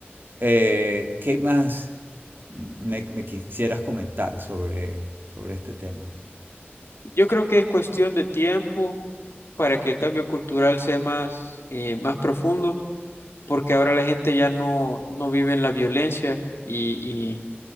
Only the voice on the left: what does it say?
Yo creo que es cuestión de tiempo para que el cambio cultural sea más, eh, más profundo, porque ahora la gente ya no, no vive en la violencia y, y,